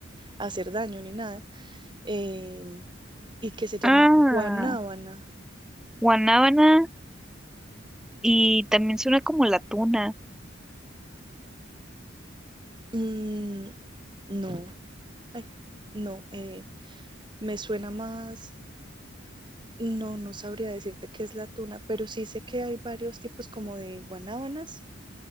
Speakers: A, on the right; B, in the centre.
A: hacer daño ni nada, eh, y que se llama
B: Ah,
A: guanábana.
B: guanábana y también suena como la tuna.
A: Mm, no, ay, no, eh, me suena más, no, no sabría decirte qué es la tuna, pero sí sé que hay varios tipos como de guanábanas